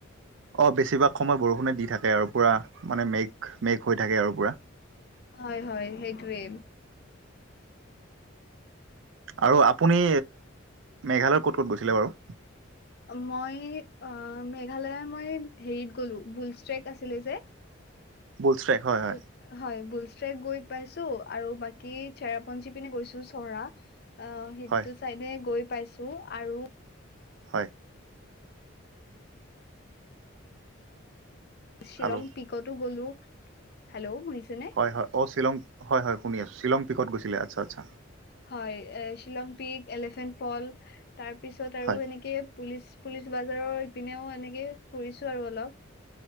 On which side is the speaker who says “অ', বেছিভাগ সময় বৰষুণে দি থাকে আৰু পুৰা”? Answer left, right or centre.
Right